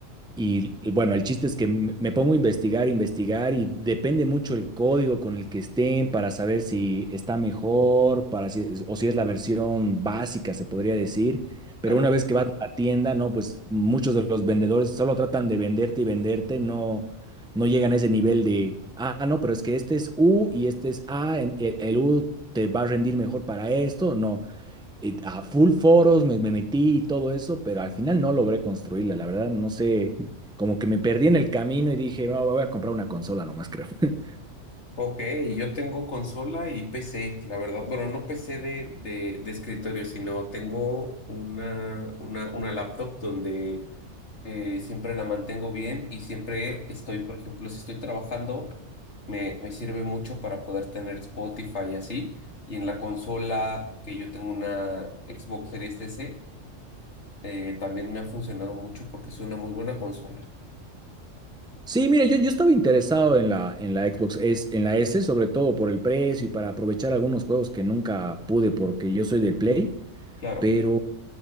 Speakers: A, in the centre; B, on the left.
A: Y y bueno, el chiste es que m- me pongo a investigar, investigar y depende mucho el código con el que estén para saber si está mejor, para si es- o si es la versión básica, se podría decir. Pero
B: Claro.
A: una vez que vas a la tienda, no, pues muchos de los vendedores solo tratan de venderte y venderte, no, no llegan a ese nivel de, ah, no, pero es que este es U y este es A, en- el, el U te va a rendir mejor para esto. No, eh, a full foros me, me metí y todo eso, pero al final no logré construirla, la verdad, no sé, como que me perdí en el camino y dije, no, me voy a comprar una consola nomás, creo. <laughs>
B: Ok, yo tengo consola y PC, la verdad. Bueno, no PC de, de, de escritorio, sino tengo una, una, una laptop donde eh, siempre la mantengo bien y siempre estoy, por ejemplo, si estoy trabajando, me, me sirve mucho para poder tener Spotify y así. Y en la consola, que yo tengo una Xbox Series S, eh, también me ha funcionado mucho porque es una muy buena consola.
A: Sí, mire, yo, yo estaba interesado en la, en la Xbox S, en la S, sobre todo por el precio y para aprovechar algunos juegos que nunca pude porque yo soy del Play.
B: Claro,
A: pero